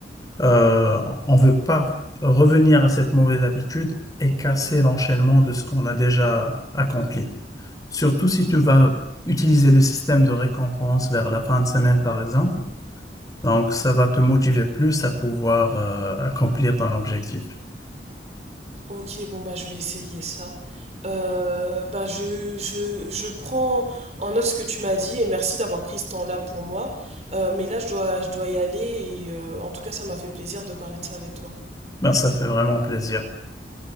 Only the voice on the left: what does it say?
euh, on veut pas revenir à cette mauvaise habitude et casser l'enchaînement de ce qu'on a déjà accompli. Surtout si tu vas utiliser le système de récompense vers la fin de semaine, par exemple. Donc, ça va te motiver plus à pouvoir euh, accomplir ton objectif.
Ben, ça fait vraiment plaisir.